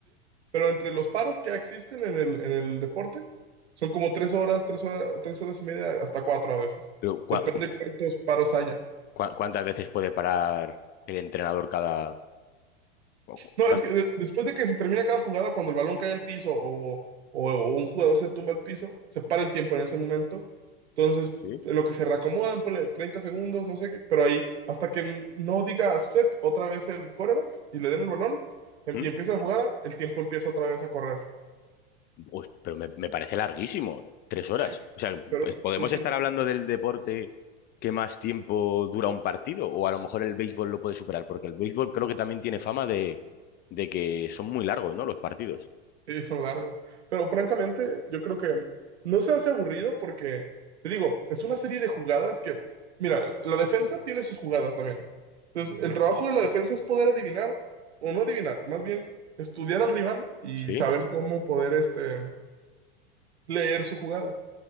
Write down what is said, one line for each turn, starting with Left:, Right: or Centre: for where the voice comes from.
Right: Pero entre los paros que existen en el, en el deporte, son como tres horas, tres horas, tres horas y media, hasta cuatro a veces.
Left: Pero ¿cua-
Right: Depende cuántos paros haya.
Left: cua- cuántas veces puede parar el entrenador cada...? cu- cu-
Right: No,
Left: cuán-
Right: es que de- después de que se termina cada jugada, cuando el balón cae al piso o, o- o un jugador se tumba al piso, se para el tiempo en ese momento. Entonces,
Left: ¿Sí?
Right: en lo que se reacomodan, ponle 30 segundos, no sé qué, pero ahí, hasta que no diga set otra vez el coreback y le den el balón em-
Left: ¿Mm?
Right: y empieza la jugada, el tiempo empieza otra vez a correr.
Left: Uy, pero me, me parece larguísimo, tres
Right: <laughs>
Left: horas. O sea,
Right: Pero
Left: pues, ¿podemos
Right: es bueno.
Left: estar hablando del deporte que más tiempo dura un partido? O a lo mejor el béisbol lo puede superar, porque el béisbol creo que también tiene fama de, de que son muy largos, ¿no? Los partidos.
Right: Sí, son largos. Pero francamente, yo creo que no se hace aburrido porque, te digo, es una serie de jugadas que, mira, la defensa tiene sus jugadas también. Entonces, el trabajo de la defensa es poder adivinar, o no adivinar, más bien estudiar al rival y
Left: Sí.
Right: saber cómo poder, este, leer su jugada.